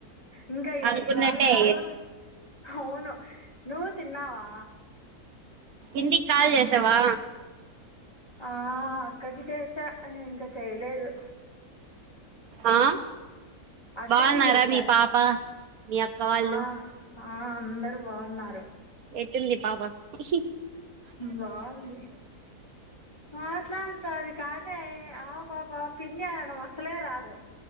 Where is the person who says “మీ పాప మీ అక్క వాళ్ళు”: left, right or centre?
Right